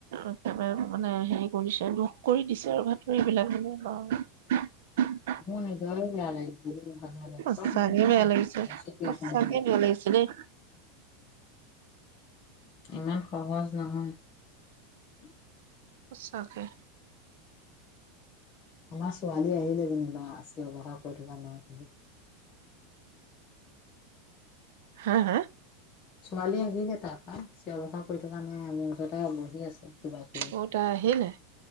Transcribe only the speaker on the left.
মোৰ নিজৰে বেয়া লাগিছে,
ইমান সহজ নহয়।
আমাৰ ছোৱালী আহিলে যেনিবা, চিঞৰ বাখৰ কৰি থকা নাই খালি।
ছোৱালী আহিলে তাৰপৰা, চিঞৰ বাখৰ কৰি থকা নাই আৰু, মোৰ ওচৰতে বহি আছে। কিবা কিবি,